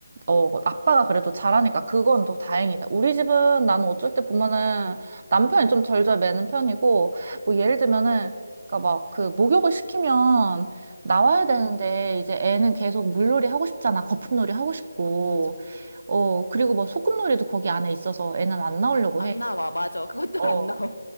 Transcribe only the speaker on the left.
음.
아, 맞아.
안
나와, 맞아. 그것도
안 나와.